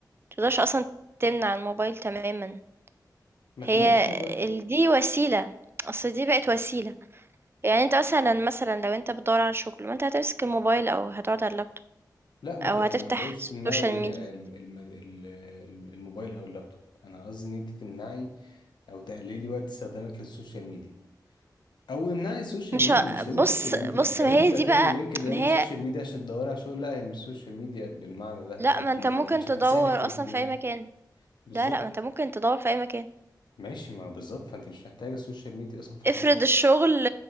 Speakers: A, on the right (about 30°); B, on the left (about 85°).
A: تقدرش اصلا تمنع الموبايل تماما
B: ما
A: هي
B: تمنعيش موبايل
A: ال- دي وسيلة اصل دي بقت وسيلة يعني انت مثلا مثلا لو انت بتدور على شغل ما انت هتمسك الموبايل او هتقعد على اللابتوب
B: لا ما
A: او
B: ت- آه،
A: هتفتح
B: ما بقولش
A: السوشيال
B: تمنعي
A: ميديا
B: آه، ال- الم- ال- ال- الموبايل او اللابتوب انا قصدي ان انت تمنعي او تقللي وقت استخدامك للسوشيال ميديا او امنعي السوشيال
A: مش
B: ميديا
A: ه...
B: مش لازم
A: بص
B: سوشيال ميديا
A: بص
B: لو
A: ما
B: انت
A: هي
B: بتعتبري
A: دي بقى
B: لينكد ان
A: ما هي
B: سوشيال ميديا عشان تدوري على شغل لا هي مش سوشيال ميديا بالمعنى ده
A: لا
B: انت
A: ما انت
B: مش
A: ممكن تدور
B: هتتسهلي في لينكد
A: اصلا
B: ان
A: في اي مكان
B: بالظبط
A: لا لا ما انت ممكن تدور في اي مكان
B: ماشي ما بالظبط فانت مش محتاجه السوشيال ميديا اصلا في
A: افرض
B: حاجه
A: الشغل